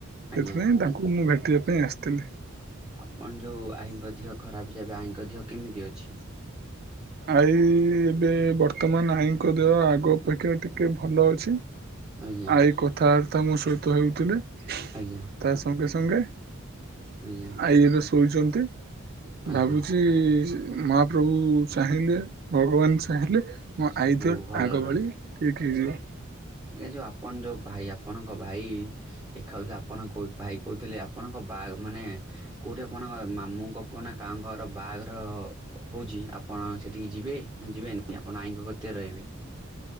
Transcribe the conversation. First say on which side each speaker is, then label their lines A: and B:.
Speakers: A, on the right (about 20°); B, on the right (about 50°).
A: ଆଜ୍ଞା।
B: ସେଥିପାଇଁ ତାଙ୍କୁ ମୁଁ ଭେଟିବା ପାଇଁ ଆସିଥିଲି।
A: ଆପଣ ଯୋଉ ଆଈଙ୍କ ଦେହ ଖରାପ ଯେ ଏବେ ଆଈଙ୍କ ଦେହ କେମିତି ଅଛି?
B: ଆଈ ଏବେ ବର୍ତ୍ତମାନ ଆଈଙ୍କ ଦେହ ଆଗ ଅପେକ୍ଷା ଟିକେ ଭଲ ଅଛି।
A: ଆଜ୍ଞା
B: ଆଇ କଥାବାର୍ତ୍ତା ମୋ ସହିତ ହେଉଥିଲେ।
A: ଆଜ୍ଞା।
B: ତା ସଙ୍ଗେ ସଙ୍ଗେ
A: ଆଜ୍ଞା।
B: ଆଇ ଏବେ ଶୋଇଛନ୍ତି
A: ଆଜ୍ଞା
B: ଭାବୁଛି ମହାପ୍ରଭୁ ଚାହିଁଲେ ଭଗବାନ ଚାହିଁଲେ ମୋ
A: ସବୁ
B: ଆଇ ଦେହ
A: ଭଲରେ
B: ଆଗ
A: ରହିବେ।
B: ଭଳି ଠିକ୍ ହେଇଯିବ।
A: ଏ ଯୋଉ ଆପଣ ଯେଉ ଭାଇ ଆପଣଙ୍କ ଭାଇ ଦେଖାଉଥିଲେ ଆପଣ କ ଭାଇ କହୁଥିଲେ ଆପଣଙ୍କ ବାଆ ମାନେ କୋଉଠି ଆପଣଙ୍କ ମାମୁଁଙ୍କ ପୁଅ ନା କାଆ ଙ୍କ ଘର ବାହାଘର ହଉଛି। ଆପ୍ ଆପଣ ସେଠିକି ଯିବେ ନା ଯିବେନି? ଆପଣ ଆଇ ଙ୍କ କତିରେ ରହିବି।